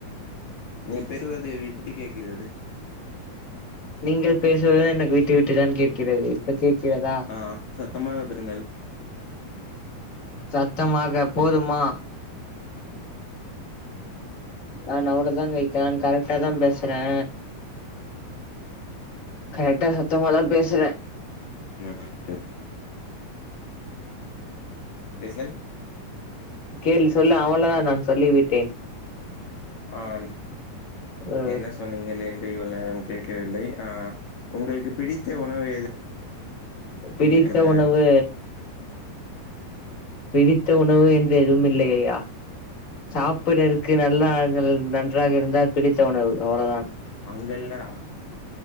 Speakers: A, on the left; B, on the left.
A: நீங்க பேசுறது விட்டுவிட்டு கேக்கிறது
B: நீங்கள் பேசுவது எனக்கு விட்டு விட்டுதான் கேட்கிறது இப்ப கேட்கிறதா
A: ஆ சத்தமாக பேசுங்கள்
B: சத்தமாக போதுமா நான் அவ்வளவுதாங்க க்கேன் கரெக்ட்டா தா பேசுறே கரெக்டா சத்தமாதா பேசுறே
A: <unintelligible> பேசுங்கள்
B: கேள் சொல்ல அவ்வளவுதான் நான் சொல்லி விட்டேன்
A: ஹான்
B: அ
A: என்ன சொன் நீங்கள் என்று இவ்வளவு நேரம் கேட்கவில்லை ஆ உங்களுக்கு பிடித்த உணவு எது
B: பிடித்த
A: சொல்லுங்க
B: உணவு பிடித்த உணவு என்று எதுவும் இல்லையயா சாப்புடுறதுக்கு நல்லா ஆளுங்கள் நன்றாக இருந்தால் பிடித்த உணவு அவ்வளவுதான்
A: அங்க இல்லனா